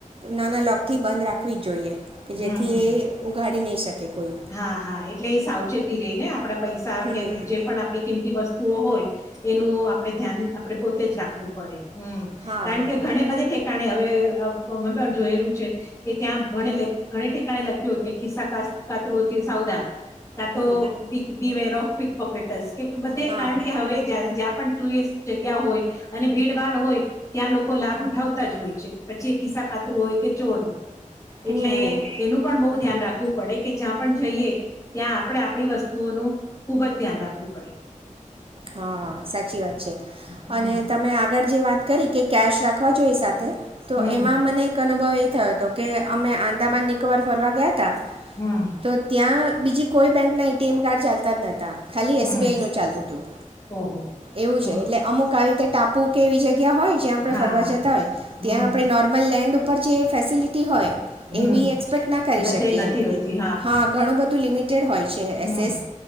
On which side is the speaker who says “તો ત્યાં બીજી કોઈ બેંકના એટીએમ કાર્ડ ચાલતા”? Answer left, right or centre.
Right